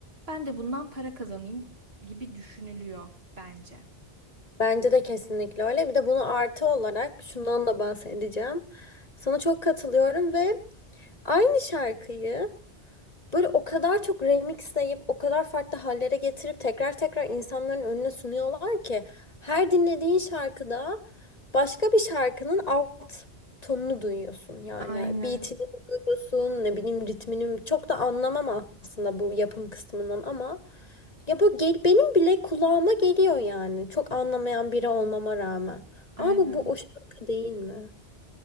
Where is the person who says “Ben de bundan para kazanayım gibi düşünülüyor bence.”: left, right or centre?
Right